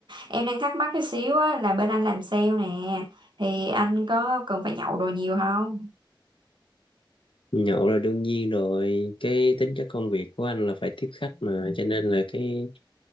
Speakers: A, on the right; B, on the left.
A: em đang thắc mắc cái xíu á là bên anh làm sale nè thì anh có cần phải nhậu đồ nhiều không
B: nhậu là đương nhiên rồi cái tính chất công việc của anh là phải tiếp khách mà cho nên là cái